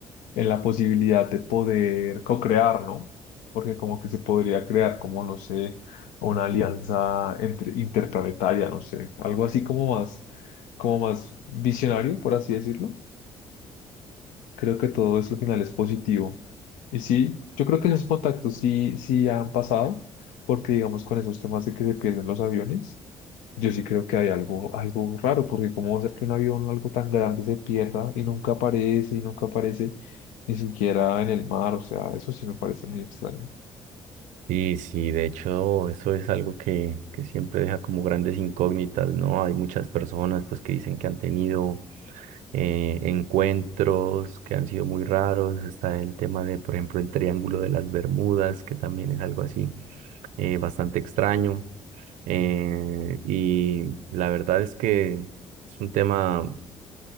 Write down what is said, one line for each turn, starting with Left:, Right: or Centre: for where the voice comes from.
Left: en la posibilidad de poder co-crear, ¿no? Porque como que se podría crear, como no sé, una alianza entre, interplanetaria, no sé, algo así como más, como más visionario, por así decirlo. Creo que todo eso al final es positivo. Y sí, yo creo que esos contactos sí, sí han pasado, porque digamos con esos temas de que se pierden los aviones, yo sí creo que hay algo, algo raro, porque cómo va a ser que un avión, algo tan grande, se pierda y nunca aparece y nunca aparece ni siquiera en el mar, o sea, eso sí me parece muy extraño.
Right: Sí, sí, de hecho, eso es algo que, que siempre deja como grandes incógnitas, ¿no? Hay muchas personas pues que dicen que han tenido eh, encuentros que han sido muy raros. Está el tema de, por ejemplo, el Triángulo de las Bermudas, que también es algo así eh, bastante extraño. Eh, y la verdad es que es un tema